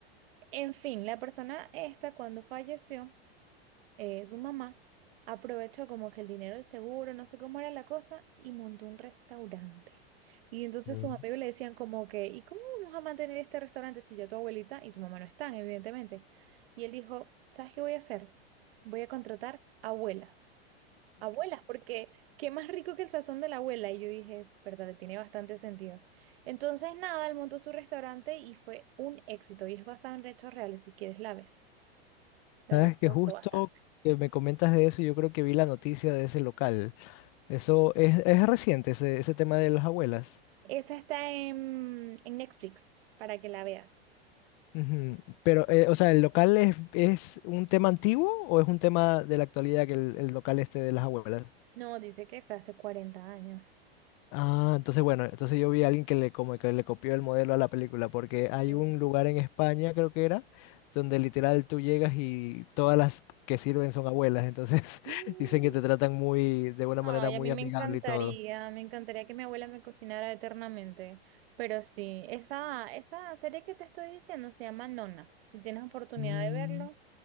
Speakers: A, on the right; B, on the left.
A: En fin, la persona esta cuando falleció eh, su mamá aprovechó como que el dinero del seguro, no sé cómo era la cosa, y montó un restaurante. Y entonces
B: Mm.
A: sus amigos le decían como que, ¿y cómo vamos a mantener este restaurante si ya tu abuelita y tu mamá no están, evidentemente? Y él dijo, ¿sabes qué voy a hacer? Voy a contratar abuelas. Abuelas, porque qué más rico que el sazón de la abuela. Y yo dije, verdad, tiene bastante sentido. Entonces, nada, él montó su restaurante y fue un éxito. Y es basado en hechos reales, si quieres la ves. La
B: Sabes
A: verdad que
B: que
A: me gustó
B: justo
A: bastante.
B: que me comentas de eso, yo creo que vi la noticia de ese local. Eso es, es reciente, ese, ese tema de las abuelas.
A: Esa está en, en Netflix para que la veas.
B: Ujú. Pero, eh, o sea, ¿el local es, es un tema antiguo o es un tema de la actualidad que el, el local este de las abuelas?
A: No, dice que fue hace 40 años.
B: Ah, entonces bueno, entonces yo vi a alguien que le, como que le copió el modelo a la película, porque hay
A: Sí.
B: un lugar en España, creo que era, donde literal tú llegas y todas las que sirven son abuelas, entonces <laughs>
A: Mm,
B: dicen que te tratan muy, de una manera
A: Ay,
B: muy
A: a mí
B: amigable
A: me encantaría,
B: y todo.
A: me encantaría que mi abuela me cocinara eternamente. Pero sí, esa, esa serie que te estoy diciendo se llama Nonas. Si tienes oportunidad
B: Mm.
A: de verlo,